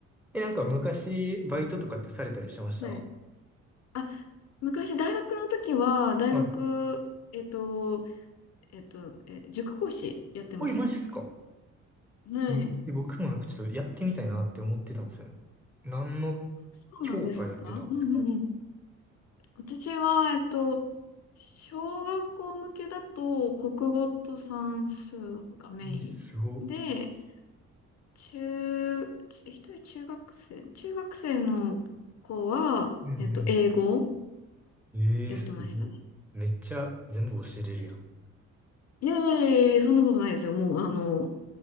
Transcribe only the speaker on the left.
はい。あ、昔大学の時は、大学、
えっと、えっと、え、塾講師やってました。
はい。
そうなんですかうんうんうん。
私は、えっと、小学校向けだと、国語と算数がメイ
ンで、中、ち一人中学生、中学生の子は、
えっと、英語を
やってましたね。
いやいやいやいや、そんなことないですよ。もう、あの、